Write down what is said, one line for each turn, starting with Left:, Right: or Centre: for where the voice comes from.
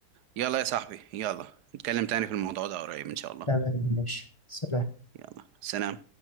Right: يلا يا صاحبي يلا نتكلم تاني في الموضوع ده قريب ان شاء الله
Left: تمام ماشي سلام
Right: يلا سلام